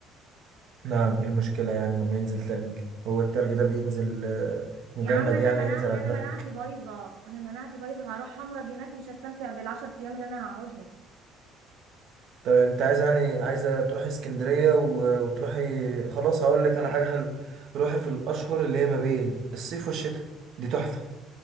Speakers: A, on the right; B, on the right.
A: نعم ايه المشكلة يعني لما ينزل ثلج هو الثلج ده بينزل آه، مجمد
B: يا عم أنا
A: يعني
B: مناعتي
A: هينزل على
B: أنا
A: دماغك
B: مناعتي بايظة أنا مناعتي بايظة هروح أمرض هناك مش هستمتع بالعشر أيام اللي أنا هقعدهم
A: طب انت عايز يعني عايزة تروحي اسكندرية و- وتروحي خلاص هقول لك على حاجة حلوة روحي في الأشهر اللي هي ما بين الصيف والشتاء دي تحفة